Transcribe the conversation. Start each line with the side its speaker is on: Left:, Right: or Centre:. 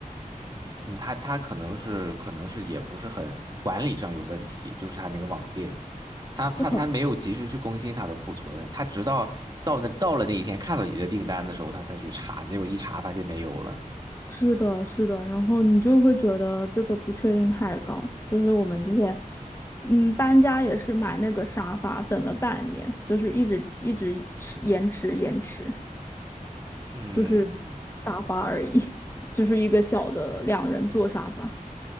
Right: 嗯，他他可能是可能是也不是很管理上有问题，就是他那个网店，他他他没有及时去更新他的库存，
Left: 不很。
Right: 他直到到那到了那一天看到你的订单的时候，他才去查，结果一查发现没有了。
Left: 是的，是的，然后你就会觉得这个不确定太高。就是我们之前，嗯，搬家也是买那个沙发，等了半年，就是一直一直迟延迟延迟，
Right: 嗯，
Left: 就是沙发而已，<laughs> 就是一个小的两人座沙发。